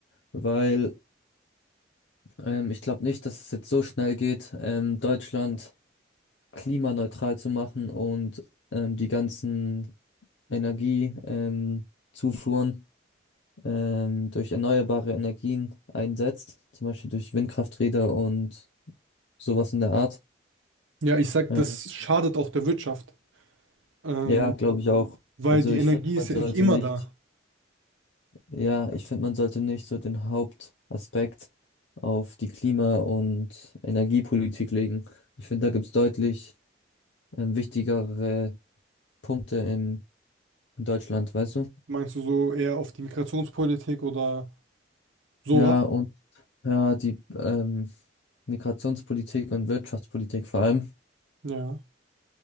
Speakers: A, on the left (about 65°); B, on the right (about 85°).
A: weil ähm, ich glaube nicht, dass es jetzt so schnell geht, ähm, Deutschland klimaneutral zu machen und ähm, die ganzen Energie, ähm, Zufuhren ähm, durch erneuerbare Energien einsetzt, zum Beispiel durch Windkrafträder und sowas in der Art.
B: Ja, ich sag,
A: Äh,
B: das schadet auch der Wirtschaft, ähm,
A: ja, glaube ich auch.
B: weil
A: Also
B: die
A: ich
B: Energie
A: finde, man
B: ist
A: sollte
B: ja nicht immer
A: nicht.
B: da.
A: Ja, ich finde, man sollte nicht so den Hauptaspekt auf die Klima- und Energiepolitik legen. Ich finde, da gibt's deutlich ähm, wichtigere Punkte im, in Deutschland, weißt du?
B: Meinst du so eher auf die Migrationspolitik oder sowas?
A: Ja, und ja, die ähm, Migrationspolitik und Wirtschaftspolitik vor allem.
B: Ja.